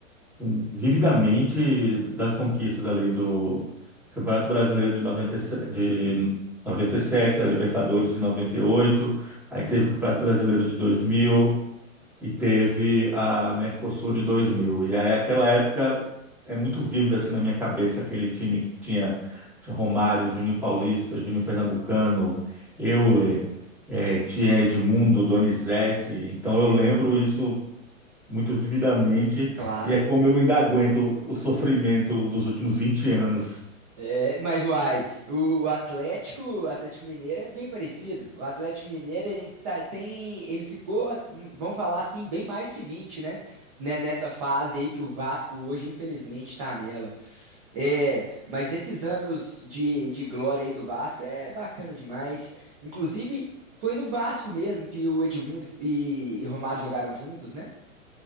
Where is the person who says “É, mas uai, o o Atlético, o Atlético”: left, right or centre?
Right